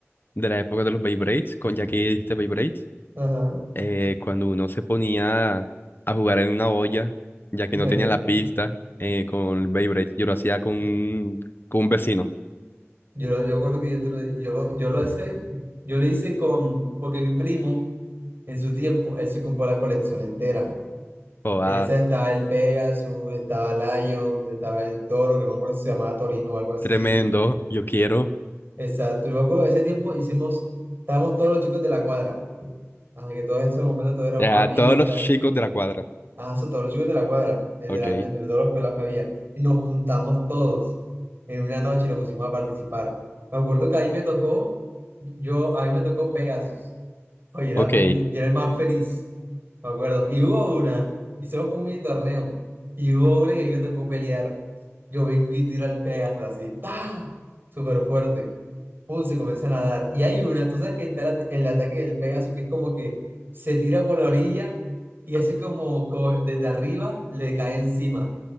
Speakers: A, on the left; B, on the right.
A: De la época de los Beyblades, con ya que dijiste Beyblade.
B: Ajá.
A: eh, cuando uno se ponía a jugar en una olla, ya
B: <laughs>
A: que no tenía la pista eh, con el Beyblade. Yo lo hacía con, un- con un vecino.
B: Yo, lo- yo recuerdo que yo, te lo, yo, yo lo hice, yo lo hice con, porque mi primo en su tiempo, él se compró la colección entera.
A: Oh,
B: En
A: ah,
B: esa estaba el Pegasus, estaba Lions, estaba el Toro, que no me acuerdo si se llamaba Torino o algo así.
A: tremendo, yo quiero.
B: Exacto, yo me acuerdo, ese tiempo hicimos, estábamos todos los chicos de la cuadra, así que todos esos momentos todos éramos
A: A
B: amigos,
A: todos los
B: tal.
A: chicos de la cuadra.
B: Ajá, o sea, todos los chicos de la cuadra, literalmente,
A: Ok,
B: de todos los pelados que había. Y nos juntamos todos en una noche y nos pusimos a participar. Me acuerdo que ahí me tocó, yo, a mí me tocó Pegasus. Oye, era,
A: ok,
B: fel- yo era el más feliz, me acuerdo. Y hubo una, hicimos como un mini torneo, y hubo una que a mí me tocó pelear. Yo vengo y tiro al Pegasus así, ¡ta! Súper fuerte pum, se comienzan a dar. Y hay una, tú sabes que está la- el ataque del Pegaso, que es como que se tira por la orilla y así como, como desde arriba le cae encima.